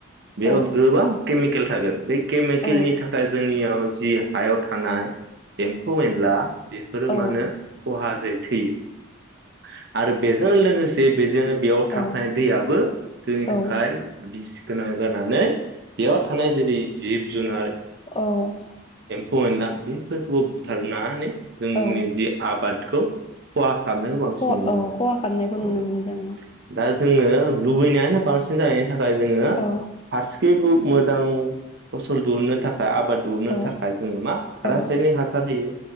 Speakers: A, on the right; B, on the left.
A: बेयाव
B: औ
A: गोबां केमिकेल थागोन बे केमिकेलनि
B: औ
A: थाखाय जोंनियाव जि हायाव थानाय एम्फौ-एनला बेफोरो
B: औ
A: मा होनो खहा जै थैयो हो आरो बेजों लोगोसे बे-बेजों बेयाव
B: औ
A: थाफानाय दैयाबो जोंनि
B: औ
A: थाखाय बिस गोनां जानानै बेयाव थानाय जेरै जिब-जुनार
B: औ
A: फौ एनला बेफोरखौबो बुथारनानै जोंनि
B: औ
A: जि आबादखौ खहा खालामनायखौ
B: खहा
A: बांसिन नुयो
B: औ
A: आरो
B: खहा खालामनायखौ नुनो
A: औ
B: मोनो जों
A: दा जोङो लुबैनायानो बांसिन जानायनि थाखाय जोङो
B: औ
A: हारसि मोजां फसल दिहुननो थाखाय आबाद दुहुननो
B: औ
A: थाखाय जोङो मा रासायनिक
B: औ
A: हासार होयो